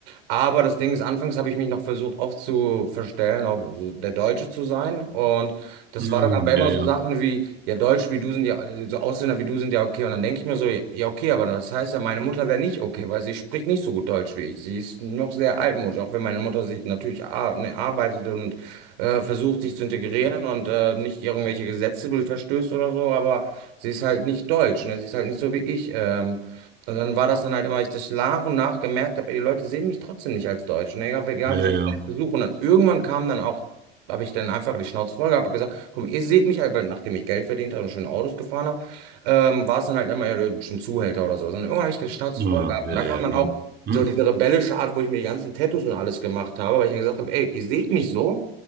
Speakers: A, on the right; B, on the right.
A: Aber das Ding ist, anfangs habe ich mich noch versucht aufzuverstellen, auf so der Deutsche zu sein. Und das
B: Hm,
A: war dann aber immer
B: ja,
A: so
B: ja.
A: Sachen wie, ja, Deutsche wie du sind ja, so Ausländer wie du sind ja okay. Und dann denke ich mir so, ja, okay, aber das heißt ja, meine Mutter wäre nicht okay, weil sie spricht nicht so gut Deutsch wie ich. Sie ist noch sehr altmodisch, auch wenn meine Mutter sich natürlich ar ne, arbeitet und äh, versucht, sich zu integrieren und äh, nicht irgendwelche Gesetze verstößt oder so, aber sie ist halt nicht deutsch, ne? Sie ist halt nicht so wie ich. Ähm, und dann war das dann halt immer, ich das nach und nach gemerkt habe, ey, die Leute sehen mich trotzdem nicht als Deutsch. Ne? Egal, egal
B: Ja,
A: wie sehr
B: ja.
A: ich es versuche. Und dann irgendwann kam dann auch habe ich dann einfach die Schnauze voll gehabt, habe gesagt, komm, ihr seht mich halt, weil nachdem ich Geld verdient habe und schöne Autos gefahren habe, ähm, war es dann halt immer ja, schon Zuhälter oder so. Und irgendwann habe ich die Schnauze
B: Ja,
A: voll gehabt
B: ja,
A: und da kam
B: ja,
A: dann
B: ne?
A: auch
B: Hm,
A: so diese rebellische Art, wo ich mir die ganzen Tattoos und alles gemacht habe, weil ich dann gesagt habe, ey, ihr seht mich so,